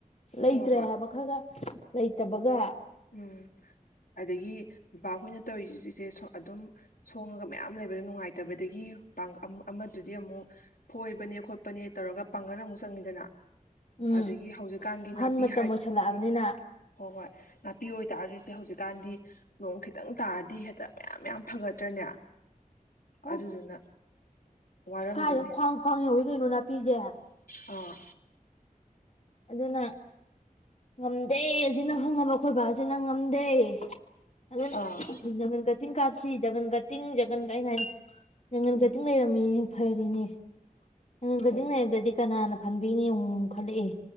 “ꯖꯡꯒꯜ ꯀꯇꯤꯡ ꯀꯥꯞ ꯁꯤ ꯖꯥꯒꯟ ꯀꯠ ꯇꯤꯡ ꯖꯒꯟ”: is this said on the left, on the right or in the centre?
Left